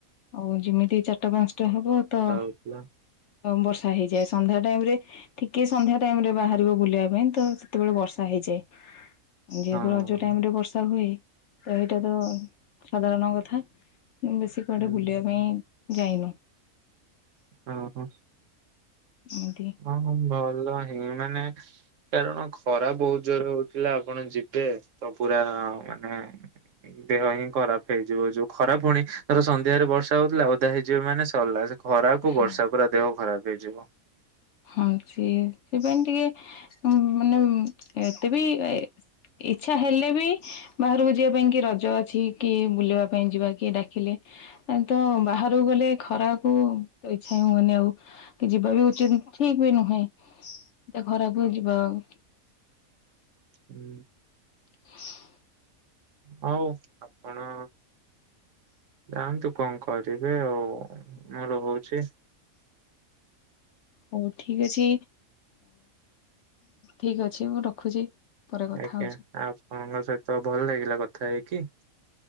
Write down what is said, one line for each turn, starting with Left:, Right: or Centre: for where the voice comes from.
Left: ଆଉ ଯେମିତି ତି ଚାରିଟା ପାଞ୍ଚଟା ହେବ ତ
Right: ଦେଖିବା।
Left: ବର୍ଷା ହେଇଯାଏ, ସନ୍ଧ୍ୟା ଟାଇମ୍ ରେ ଟିକେ ସନ୍ଧ୍ୟା ଟାଇମ୍ ରେ ବାହାରିବ ବୁଲିବା ପାଇଁ ତ, ସେତେବେଳେ ବର୍ଷା ହେଇଯାଏ। ଯେହେତୁ
Right: ହଁ।
Left: ରଜ ଟାଇମ ରେ ବର୍ଷା ହୁଏ, ତ ଏଇଟା ତ ସାଧାରଣ କଥା। ମୁଁ ବେଶି କୁଆଡେ
Right: ହଁ
Left: ବୁଲିବା ପାଇଁ ଯାଇନୁ।
Right: ଅଁ ହ।
Left: ଏମିତି।
Right: ହଁ, ଭଲ ହିଁ ମାନେ କାରଣ ଖରା ବହୁତ ଜୋରରେ ହଉଥିଲା ଆପଣ ଯିବେ, ତ ପୁରା ମାନେ ଦେହ ହିଁ ଖରାପ ହେଇଯିବ ଯୋଉ ଖରା ଫୁଣି ଧର ସନ୍ଧ୍ୟାରେ ବର୍ଷା ହଉଥିଲା ଓଦା ହେଇଯିବ ମାନେ ସରିଲା, ସେ ଖରାକୁ ବର୍ଷା,
Left: ହଁ
Right: ପୁରା ଦେହ ଖରାପ ହେଇଯିବ।
Left: ହଁ ସିଏ ସେପାଇ ଟିକେ ମାନେ ଏତେ ବି ଇଛା ହେଲେ ବି, ବାହାରକୁ ଯିବା ପାଇଁ କି, ରଜ ଅଛି କି, ବୁଲିବା ପାଇଁ ଯିବା କିଏ ଡାକିଲେ ତ ବାହାରକୁ ଗଲେ ଖରାକୁ ତ ଇଛା ହୁଏନି ଆଉ, କି ଯିବା ବି ଉଚିତ୍ ଠିକ୍ ବି ନୁହେଁ। ଏତେ ଖରାକୁ ଯିବା ଆଉ।
Right: ହୁଁ।
Left: <unintelligible>
Right: ହଉ ଆପଣ ଯାଆନ୍ତୁ କଣ କରିବେ ଆଉ, ମୁଁ ରହୁଚି। <unintelligible>
Left: ହଉ ଠିକ୍ ଅଛି, ଠିକ୍ ଅଛି ମୁଁ ରଖୁଛି। ପରେ କଥା
Right: ଆଜ୍ଞା,
Left: ହଉଛି
Right: ଆ ଆପଣଙ୍କ ସହିତ ଭଲ ଲାଗିଲା କଥା ହେଇକି।